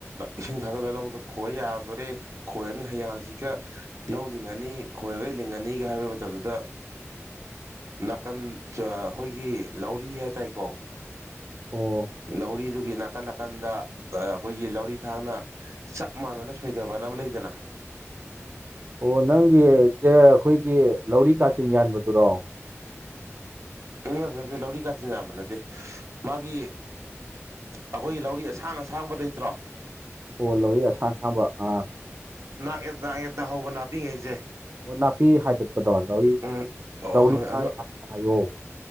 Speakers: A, on the right (about 70°); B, on the right (about 40°).
A: ꯏꯁꯤꯡ ꯊꯥꯒꯠꯂ ꯂꯧꯗꯨ ꯈꯣꯏ ꯌꯥꯗꯣꯔꯦ ꯈꯣꯏꯔꯅꯤ ꯍꯌꯦꯌꯥꯡꯁꯤꯒ ꯂꯧ ꯂꯤꯡꯉꯅꯤ ꯈꯣꯏꯔꯒ ꯂꯤꯡꯉꯅꯤꯒ ꯍꯥꯏꯕ ꯃꯇꯝꯗꯨꯗ ꯅꯥꯀꯟ ꯑꯩꯈꯣꯏꯒꯤ ꯂꯧꯔꯤ ꯍꯥꯏ ꯇꯔꯦꯀꯣ
B: ꯑꯣ
A: ꯅꯥꯎꯔꯤꯗꯨꯒꯤ ꯅꯥꯀꯟ ꯅꯥꯀꯟꯗ ꯑꯩꯈꯣꯏꯒꯤ ꯂꯧꯔꯤ ꯊꯥꯛꯅ ꯆꯞ ꯃꯥꯟꯅꯅ ꯁꯣꯏꯊꯕꯅ ꯑꯃ ꯂꯩꯗꯅ
B: ꯑꯣ ꯅꯪꯒꯤꯦ ꯑꯩꯈꯣꯏꯒꯤ ꯂꯧꯔꯤ ꯀꯥꯆꯤꯟ ꯌꯥꯟꯕꯗꯨꯔꯣ
A: ꯎ ꯅꯠꯇꯦ ꯂꯧꯔꯤ ꯀꯥ ꯆꯤꯟ ꯌꯥꯝꯕ ꯅꯠꯇꯦ ꯃꯥꯒꯤ ꯑꯩꯈꯣꯏꯒꯤ ꯂꯧꯔꯤ ꯑꯁꯥꯡ ꯑꯁꯥꯡꯕ ꯂꯩꯇ꯭ꯔꯣ
B: ꯑꯣ ꯂꯣꯋ ꯑꯁꯥꯁꯕ ꯑꯥ
A: ꯑꯦ ꯌꯦꯛꯇ ꯍꯧꯕ ꯅꯥꯄꯤꯉꯩꯁꯦ
B: ꯑꯣ ꯅꯥꯄꯤ ꯍꯥꯏꯗꯠꯄꯗꯣ ꯂꯧꯔꯤ
A: ꯎꯝ ꯑꯣ
B: ꯂꯧꯔꯤ
A: ꯍꯣꯏ ꯑꯗꯨ
B: ꯍꯥꯏꯌꯣ